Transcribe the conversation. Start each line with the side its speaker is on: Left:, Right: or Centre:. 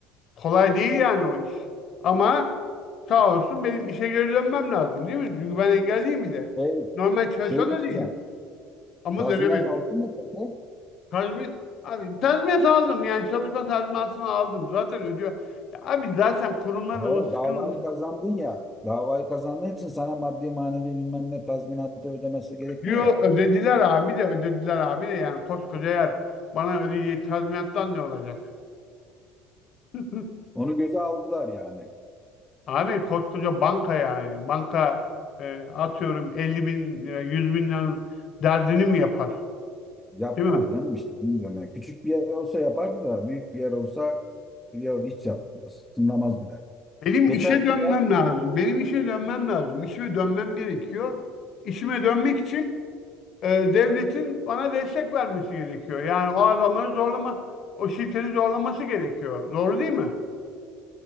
Left: Kolay değil yani o iş. Ama sağ olsun benim işe geri dönmem lazım değil mi? Çünkü ben engelliyim bir de.
Centre: Şey,
Left: Normal çalışan
Centre: şey diyeceğim.
Left: da değilim. Ama
Centre: Tazminat
Left: dönemedim.
Centre: aldın mı peki?
Left: Tazmin, abi tazminat aldım yani çalışma tazminatını aldım. Zaten ödüyor. Ya abi zaten kurumların
Centre: Ha,
Left: o sıkıntı,
Centre: davayı kazandın ya. Davayı kazandığın için sana maddi manevi bilmem ne tazminatı ödemesi gerekiyor
Left: Diyor
Centre: ya.
Left: ödediler abi de ödediler abi de yani koskoca yer bana ödeyeceği tazminattan ne olacak? <laughs>
Centre: Onu göze aldılar yani.
Left: Abi koskoca banka yani banka e, atıyorum 50 bin lira 100 bin liranın derdini mi yapar?
Centre: Yapmaz
Left: Değil mi?
Centre: canım işte onu diyorum. Yani küçük bir yer olsa yapardı da büyük bir yer olsa ya hiç yapmaz. Tınlamaz bile.
Left: Benim
Centre: Yeter
Left: işe dönmem
Centre: ki de
Left: lazım. Benim işe dönmem lazım. İşime dönmem gerekiyor. İşime dönmek için e, devletin bana destek vermesi gerekiyor. Yani o adamları zorlama, o şirketi zorlaması gerekiyor. Doğru değil mi?